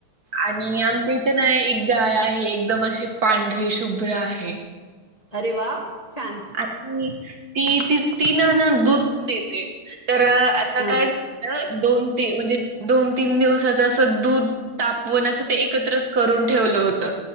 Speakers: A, on the right (about 50°); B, on the left (about 20°).
A: आणि आमच्या इथे ना एक गाय आहे एकदम अशी पांढरी शुभ्र आहे.
B: अरे वा छान!
A: आणि ती तिन लिटर दूध देते, तर आता
B: हा
A: काय झालं? दोन ते म्हणजे दोन, तीन दिवसात जस दूध तापवून अस ते एकत्रच करून ठेवलं होत.